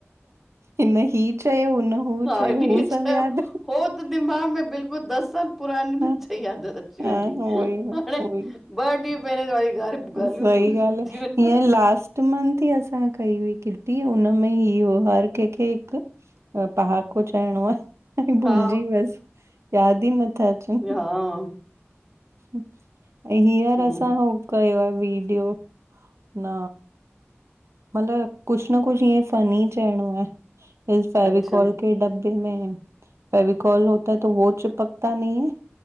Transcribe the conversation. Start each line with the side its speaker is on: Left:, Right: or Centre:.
Right: हिन ही चयो। हू
Centre: हा
Right: चयो
Centre: हिन
Right: हू
Centre: हे चयो।
Right: सभु यादि
Centre: हो त दिमाग़ में बिल्क दस साल पुराणी पिक्चर
Right: हा
Centre: याद रखे
Right: हा
Centre: वेंदी।
Right: उहोई
Centre: हाणे
Right: उहोई
Centre: ॿ ॾींहं पहरां वारी ॻाल्हियूं
Right: सही
Centre: भुलिजी
Right: ॻाल्ह आह
Centre: वेंदो
Right: हीअं लास्ट मंथ ई असां। कई हुई किटी हुनमें हियो हर कंहिंखे हिकु पहाको चहणो आहे।
Centre: हा
Right: भुलजी वयस याद ई नथा अचन।
Centre: हा
Right: अंए हियर
Centre: हम्म
Right: असां हो कयो आहे <inaudible> विडियो न। मतलब कुछ न कुछ इएं फनी चइणो आहे फेवीकोल
Centre: अच्छा
Right: खे में फेवीकॉल होता तो वो चिपकता नहीं है।